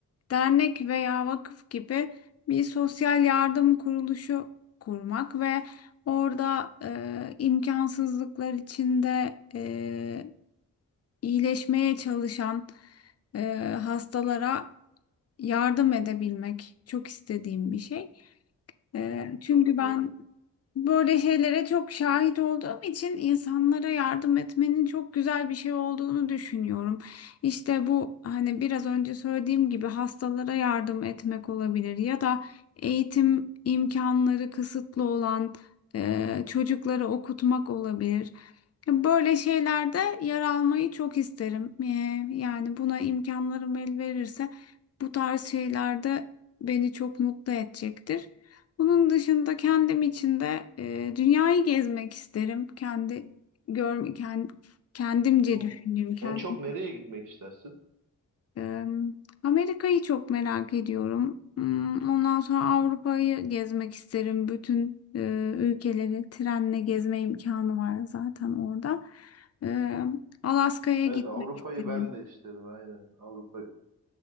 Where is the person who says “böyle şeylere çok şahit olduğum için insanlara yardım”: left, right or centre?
Left